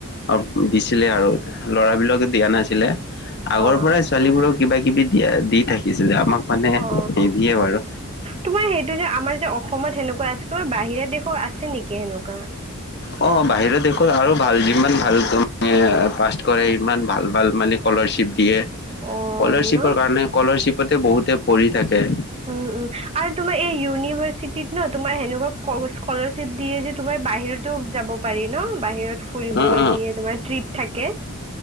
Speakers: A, on the left (about 50°); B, on the right (about 25°).
A: অ', দিছিলে আৰু ল'ৰা বিলাকক দিয়া নাছিলে, আগৰ
B: অ
A: পৰাই ছোৱালীবোৰক কিবা কিবি এয়া দি থাকিছিলে, আমাক মানে,
B: অ
A: নিদিয়ে বাৰু।
B: তোমাৰ সেইটো যে আমাৰ যে অসম অসময়ত সেনেকুৱা আছে, তোমাৰ বাহিৰা দেশৰ আছে নেকি সেনেকুৱা।
A: অ', বাহিৰত দেখো আৰু ভাল যিমান ভাল পাষ্ট কৰে সিমান ভাল, ভাল মানে স্কলাৰশ্বিপ দিয়ে,
B: অ
A: স্কলাৰশ্বিপৰ
B: ন
A: কাৰণে স্কলাৰশ্বিপতে বহুতে পঢ়ি থাকে।
B: উম উম, আৰু তোমাৰ এই ইউনিভাৰ্চিটিত ন, তোমাৰ সেনেকুৱা স্কলাৰশ্বিপ দিয়ে যে তোমাৰ বাহিৰত তো যাব পাৰি ন বাহিৰত ফুৰিবলৈ
A: অ',
B: দিয়ে, তোমাৰ ট্ৰিপ থাকে।